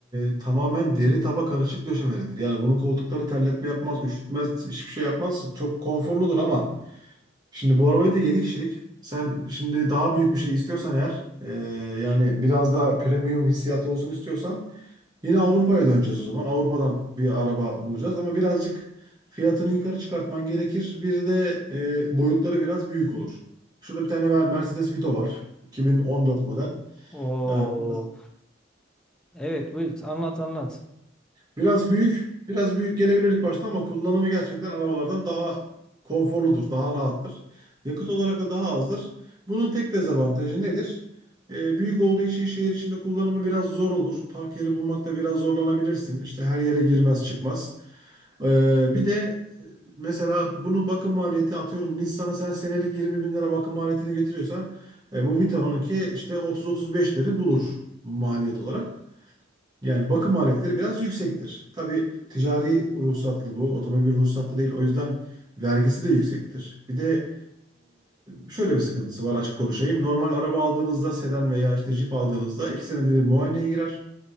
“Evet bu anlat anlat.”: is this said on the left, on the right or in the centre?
Centre